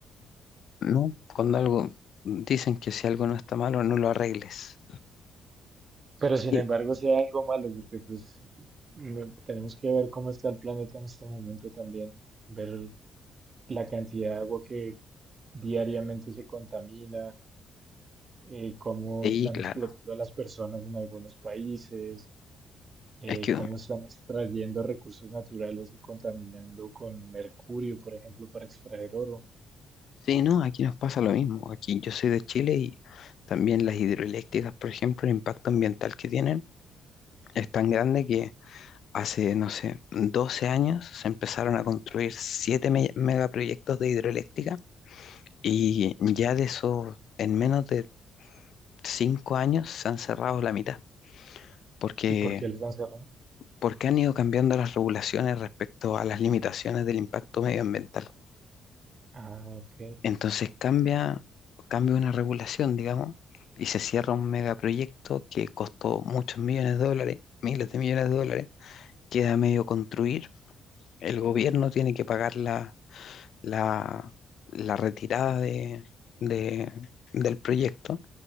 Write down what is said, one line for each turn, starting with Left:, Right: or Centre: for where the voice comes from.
Left: ¿no? Cuando algo, dicen que si algo no está malo, no lo arregles.
Right: Pero sin
Left: Y,
Right: embargo, sea algo malo, porque pues no- tenemos que ver cómo está el planeta en este momento también, ver la cantidad de agua que diariamente se contamina, eh, cómo
Left: y
Right: están
Left: claro,
Right: explotando a las personas en algunos países eh,
Left: es que,
Right: cómo están extrayendo recursos naturales y contaminando con mercurio, por ejemplo, para extraer oro.
Left: sí, no, aquí nos pasa lo mismo. Aquí yo soy de Chile y también las hidroeléctricas, por ejemplo, el impacto ambiental que tienen es tan grande que hace, no sé, 12 años se empezaron a construir 7 me- megaproyectos de hidroeléctrica Y ya de eso en menos de cinco años se han cerrado la mitad, porque,
Right: ¿Y por qué les han cerrado?
Left: porque han ido cambiando las regulaciones respecto a las limitaciones del impacto medioambiental.
Right: Ah, ok.
Left: Entonces cambia, cambia una regulación, digamos, y se cierra un megaproyecto que costó muchos millones de dólares, miles de millones de dólares, queda medio construir, el gobierno tiene que pagar la, la, la retirada de, de- del proyecto